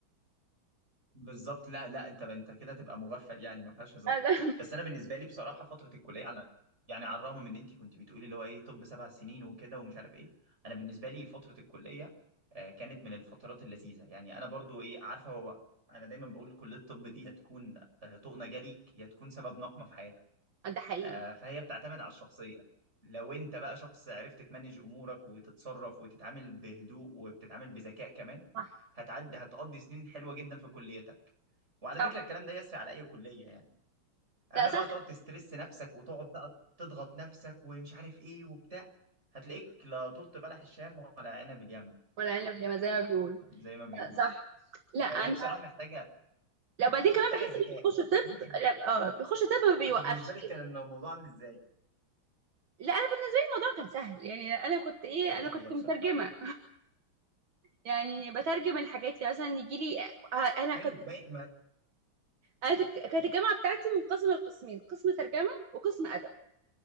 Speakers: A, on the right; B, on the right.
A: بالظبط لا لا انت انت كده تبقى مغفل يعني ما فيهاش هزار
B: آه، ده
A: بس انا بالنسبه لي بصراحه فتره الكليه على يعني على الرغم من ان انت كنت بتقولي اللي هو ايه طب سبع سنين وكده ومش عارف ايه انا بالنسبه لي فتره الكليه آه، كانت من الفترات اللذيذه يعني انا برضو ايه عارفه هو انا دايما بقول كليه الطب دي هتكون آه، طوق نجا ليك يا تكون سبب نقمه في حياتك
B: <laughs> ده حقيقي
A: آه، فهي بتعتمد على الشخصية لو انت بقى شخص عرفت تمانج امورك وتتصرف وتتعامل بهدوء وبتتعامل بذكاء كمان
B: صح
A: هتعدي هتقضي سنين حلوة جدا في كليتك وعلى
B: صح
A: فكرة الكلام ده يسري على اي كلية يعني اما
B: لا صح
A: بقى تقعد تسترس نفسك وتقعد بقى تضغط نفسك ومش عارف ايه وبتاع هتلاقيك لا طلت بلح الشام ولا عنب اليمن
B: ولا انا اللي زي ما بيقولوا
A: زي ما بيقولوا
B: لا صح لا
A: فهي
B: انا
A: بصراحة محتاجة
B: لو بعدين
A: محتاجة
B: كمان بحس
A: ذكاء
B: اللي بيخش طب
A: انت بال-
B: لا اه بيخش طب ما بيوقفش
A: انت بالنسبة لك كان الموضوع عامل ازاي؟
B: لا انا بين الموضوع كان سهل يعني انا كنت ايه
A: آه، دي
B: انا
A: حقيقة
B: كنت
A: بصراحة
B: مترجمه يعني بترجم الحاجات يعني مثلا يجي لي آه، انا
A: حلو
B: كنت
A: ما ما
B: انا تك- كانت الجامعه بتاعتي منقسمه لقسمين قسم ترجمه وقسم ادب